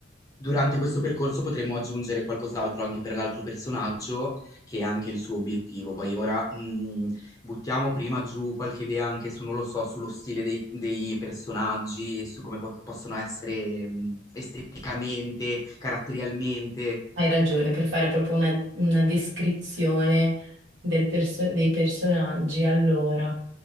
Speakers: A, on the left; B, on the right.
A: Durante questo percorso potremo aggiungere qualcos'altro anche per l'altro personaggio, che è anche il suo obiettivo. Poi ora mh, buttiamo prima giù qualche idea anche su, non lo so, sullo stile dei, dei personaggi, su come pot- possono essere mh, esteticamente, caratterialmente.
B: hai ragione, per fare proprio una, una descrizione del perso- dei personaggi. Allora,